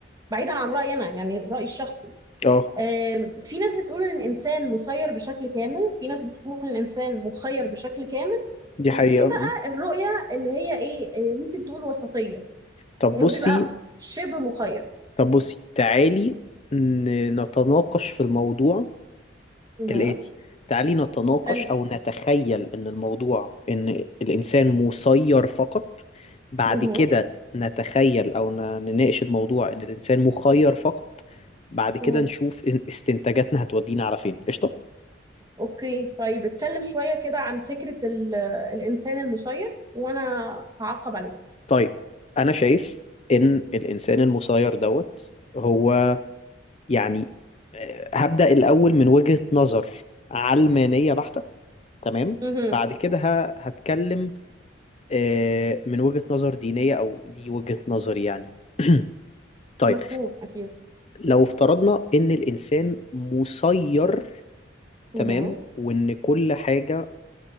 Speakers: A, on the right; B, on the left.
A: بعيدا عن رايي انا يعني رايي الشخصي
B: أه
A: آم، في ناس بتقول ان الانسان مسير بشكل كامل في ناس بتقول ان الانسان مخير بشكل كامل
B: دي حقيقة
A: وفي بقى
B: آه.
A: الرؤية اللي هي ايه آه، ممكن تقول وسطية
B: طب
A: هو
B: بصي
A: بيبقى شبه مخير
B: طب بصي تعالي ن- نتناقش في الموضوع
A: اها
B: كالآتي تعالي نتناقش
A: حلو
B: أو نتخيل إن الموضوع إن الإنسان مسير فقط بعد
A: اها
B: كده نتخيل أو ن- نناقش الموضوع إن الإنسان مخير فقط بعد كده
A: أمم،
B: نشوف إن- استنتاجاتنا هتودينا على فين قشطة
A: اوكي طيب اتكلم شوية كده عن فكرة ال- الانسان المسير وانا هعقب عليه
B: طيب أنا شايف إن الإنسان المسير دوت هو يعني آه، هبدأ الأول من وجهة نظر علمانية بحتة تمام
A: اها
B: بعد كده ه- هتكلم آه، من وجهة نظر دينية أو دي وجهة نظري يعني <clears throat> طيب
A: مفهوم اكيد
B: لو افترضنا إن الإنسان مسير
A: اها
B: تمام وإن كل حاجة